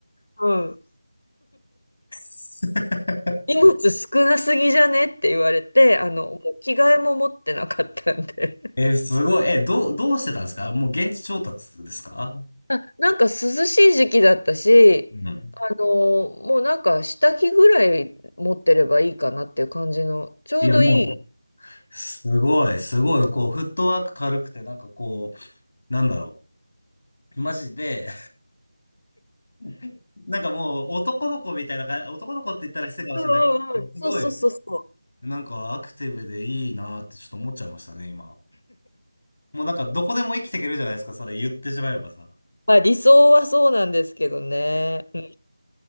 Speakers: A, on the left; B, on the left.
A: うん。
B: <laughs>
A: 荷物少なすぎじゃねって言われて、あの、もう着替えも持ってなかったんで。
B: え、すごい。え、どう、どうしてたんですかもう現地調達ですか
A: あ、なんか涼しい時期だったし、
B: うん。
A: あのもうなんか下着ぐらい持ってればいいかなっていう感じの、ちょうどいい。
B: いや、もう、すごい、すごい、こう、フットワーク軽くて、なんかこう、なんだろう。マジで、<laughs> なんかもう、男の子みたいな感じ、男の子って言ったら失礼かもしれないですけど。
A: うんうんうん。そうそうそうそう。
B: すごい、なんかアクティブでいいなってちょっと思っちゃいましたね、今。もうなんか、どこでも生きていけるじゃないですか、それ言ってしまえばさ。
A: まあ理想はそうなんですけどね。うん